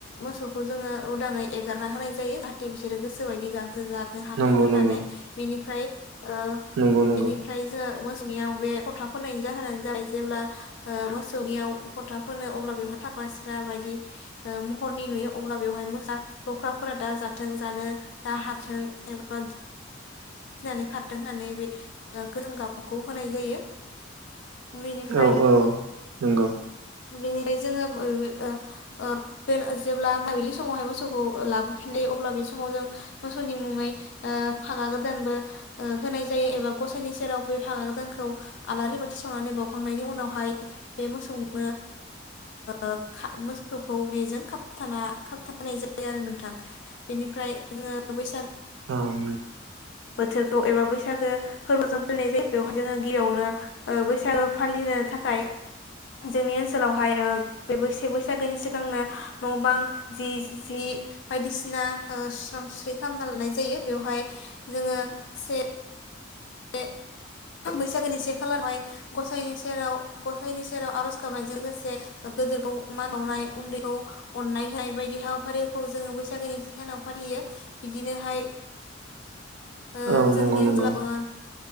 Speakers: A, on the left; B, on the right.
A: मोसौखौ जोङो उदाङै एगारना होनाय जायो जाहाथे बिसोरो गोसोबायदि गां सो जानो हाथों
B: नंगौ
A: होननानै
B: नंगौ
A: बेनि ओमफ्राय ओ
B: नंगौ नंगौ
A: बेनिफ्राय जों मो सौनियाव बे फथा फोनायनायनि जाहोनानो जाबाय जेब्ला ओ मोसौनियाव फथा फोनो अब्ला बेवहाय फाग्रा सिख्रा बायदि ओ महरनि नुयो अब्ला बेवहाय मोसा लख्राफोरा दा जाथों जानो दा हाथों एबा गिनानै खारथों होननानै बे ओ गोसोम गाबखौ होनाय जायो बेनिफ्राय
B: औ औ नंगौ
A: बेनिफ्राय जोङो बे ओ ओ जेब्ला मोनाबिलि समावहाय मोसौखौ लाबोफिनो अब्ला बे समाव जों मोसौनि मुङै ओ फागा गोदानबो ओ होनाय जायो एबा गसाइनि सेराव बे फागा गोदानखौ आलारि बाथि सावनानै बावउखांनायनि उनावहाय बे मोसौ जोङो ओ मोसौखौ बेजों खाबथाना खाबथानाय जायो आरो नोंथां बेनिफ्राय जोङो बैसागो
B: उम
A: बोथोरखौ एबा बैसागो फोरबो जों फालिनाय जायो बेवहाय जोङो गिबियावनो ओ बैसागो फालिनो थाखाय जोंनि ओनसोलावहाय ओ बे से बैसागोनि सिगांनो न' बां जि जि बायदिसिना ओ सुस्रां सुस्रि खालामना लानाय जायो बेवहाय जोङो से <unintelligible> बैसागोनि से खालारावहाय गसाइनि सेराव गसाइनि सेराव आरज गाबनायजों लोगोसे गोदिरखौ मान बावनाय उनदैखौ अननायहोनाय बायदि हाबाफारिखौ जोङो बैसागोनि से सानाव फालियो बिदिनोहाय ओ
B: औ
A: जोंनि
B: नंगौ नंगौ
A: ओनसोलाव ओ